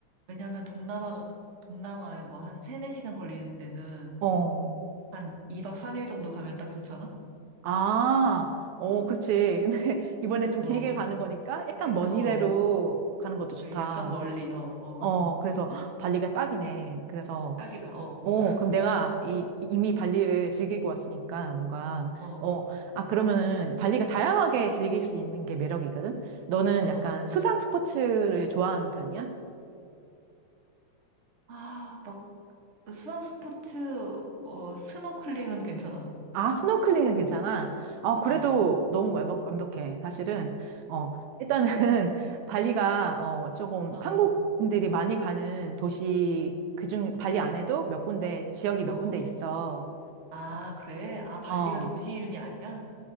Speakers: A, on the right; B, on the right.
A: 왜냐면 동남아, 동남아에 뭐 한 세네 시간 걸리는 데는
B: 어,
A: 한 2박 3일 정도 가면 딱 좋잖아?
B: 아, 어, 그렇지. 근데 <laughs> 이번엔 좀
A: 어.
B: 길게 가는 거니까 약간
A: 그러니까,
B: 먼
A: 어.
B: 길대로 가는 것도 좋다.
A: 그래, 약간 멀리, 어, 어.
B: 어, 그래서 <gasps> 헉, 발리가 딱이네. 그래서
A: 딱이다, 어,
B: 어, 그럼 내가 이, 이미 발리를 즐기고 왔으니까 뭔가,
A: 어,
B: 어, 아, 그러면은 발리가 다양하게 즐길 수 있는 게 매력이거든? 너는 약간
A: 응.
B: 수상 스포츠를 좋아하는 편이야?
A: 아, 막, 수상 스포츠, 어, 스노클링은 괜찮아.
B: 아, 스노클링은 괜찮아? 아, 그래도
A: 어,
B: 너무 완벽, 완벽해. 사실은, 어, 일단은 <laughs> 발리가, 어, 조금
A: 어,
B: 한국인들이 많이 가는 도시, 그중, 발리 안에도 몇 군데, 지역이 몇
A: 어.
B: 군데 있어.
A: 아, 그래? 아, 발리가
B: 어,
A: 도시 이름이 아니야?